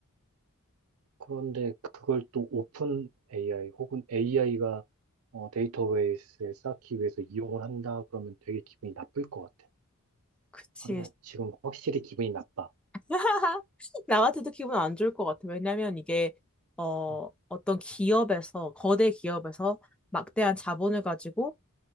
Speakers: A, on the right; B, in the centre.
A: 그런데 그걸 또 오픈 AI 혹은 AI가 데이터 베이스에 쌓기 위해서 이용을 한다 그러면 되게 기분이 나쁠 것 같아.
B: 그치.
A: 아니야, 지금 확실히 기분이 나빠.
B: <laughs> 나 같아도 기분 안 좋을 것 같아. 왜냐면 이게, 어,
A: 어.
B: 어떤 기업에서, 거대 기업에서 막대한 자본을 가지고